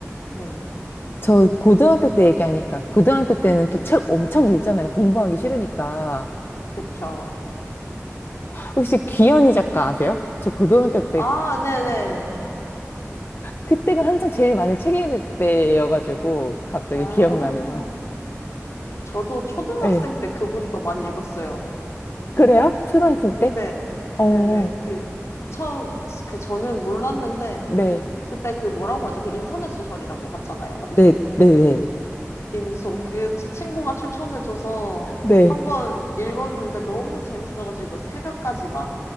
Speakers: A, on the left; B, on the left.
A: 네네.
B: 저 고등학교 때 얘기하니까 고등학교 때는 또 책 엄청 읽잖아요. 공부하기 싫으니까.
A: 그쵸.
B: 혹시 귀현이 작가 아세요? 저 고등학교 때
A: 아, 네네.
B: 그때가 한창 제일 많이 책 읽을 때여가지고 갑자기
A: 아,
B: 기억나네요.
A: 저도 초등학생
B: 네.
A: 때 그분 거 많이 읽었어요.
B: 그래요? 초등학생
A: 그,
B: 때?
A: 네,
B: 어,
A: 네네. 그, 처음, 그, 저는 몰랐는데,
B: 네.
A: 그때 그 뭐라고 하죠? 그 인터넷 소설이라고 하잖아요. 맞죠?
B: 네, 네, 네.
A: 민소. 그, 제 친구가 추천해줘서
B: 네.
A: 한번 읽었는데 너무 재밌어가지고 새벽까지 막,